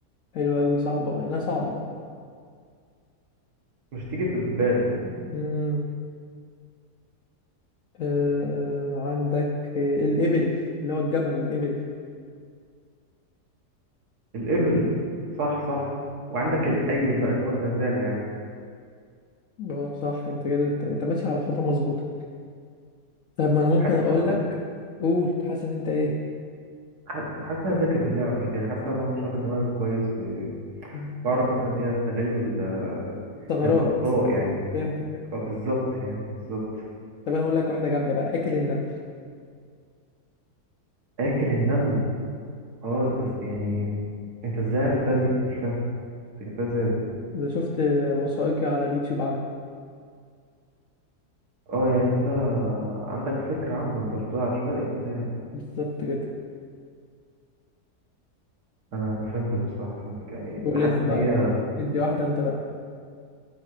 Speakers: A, on the left; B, on the right.
A: حلو أوي صعبة مع إنها صعبة
B: مش تيجي في البال فاهمني
A: مم. آه آه، عندك آه، الإبل اللي هو الجمل الإبل
B: الإبل صح صح وعندك الأيل بقى اللي هو الغزالة يعني
A: اه صح أنت كده أنت أنت ماشي على خطة مظبوطة طب ما أنا ممكن
B: حاسس
A: أقول
B: إن أنا
A: لك قول حاسس إن أنت إيه
B: ح- حاسس إن أنا ذكي في اللعبة دي يعني حاسس إن أنا بعرف أشغل دماغي كويس
A: أنت
B: وبعرف مثلا إيه أستغل ال...
A: ثغرات
B: الأخطاء يعني
A: فهمتك
B: آه، بالظبط يعني بالظبط
A: طب أنا هقول لك واحدة جامدة بقى آكل النمل
B: آكل النمل أه دي بس يعني أنت إزاي عرفتها دي؟ مش فاهم انت جبتها ازاي
A: إذا شفت وثائقي على اليوتيوب عنه
B: اه يعني انت عندك فكرة عنه انت مش بتقول عشوائي كده يعني
A: بالظبط كده
B: انا انا فهمتك بصراحة فهمتك يعني
A: قول
B: انا حاسس
A: أنت بقى
B: ان هي
A: ادي واحدة أنت بقى